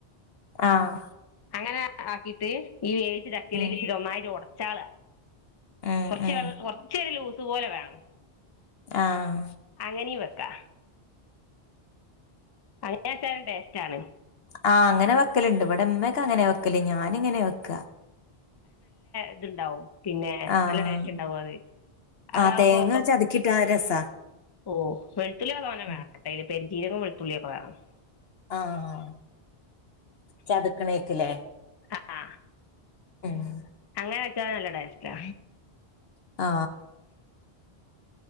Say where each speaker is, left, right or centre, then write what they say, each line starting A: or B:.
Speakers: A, on the left; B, on the left.
A: ആഹ
B: അങ്ങന ആക്കീട്ട് ഇനി വേവിച്ച ചക്കേലേക്കിട്ട്
A: ഉം
B: ഒന്നായിറ്റ് ഒട ചാള
A: ഉം
B: കുറച്ച്
A: ഉം
B: ചാർ കുറച്ചൊരു ലൂസ് ഇതുപോലെ വേണം
A: ആഹ
B: എനീ വെക്കാ അങ്ങനെ വെച്ചാലും ടേസ്റ്റാണ്
A: ആഹ് അങ്ങനെ വെക്കലുണ്ട് ഇവിടെ ഇമ്മക്കെയങ്ങനെ വെക്കല് ഞാനിങ്ങനെ വെക്ക
B: ടെസ്റ്റ്ണ്ടാവും പിന്നെ
A: ആഹ്
B: നല്ല ടേസ്റ്റ് ഉണ്ടാവുഅത് അതാവുമ്പോ
A: ആഹ് തേങ്ങ ചതക്കിട്ടാ രസാ
B: ഓ വെളുത്തുള്ളി നല്ലോണം
A: ഉം
B: വേണംട്ട ഇതിൽ പെരു ജീരകം വെളത്തുള്ളിയൊക്കെ വേണം
A: ആഹ ചതുക്കണേയ്ക്കല്ലേ
B: ആ
A: മ്മ്
B: അങ്ങനെ വെച്ചാ നല്ല ട്ടേസ്റ്റാ
A: ആ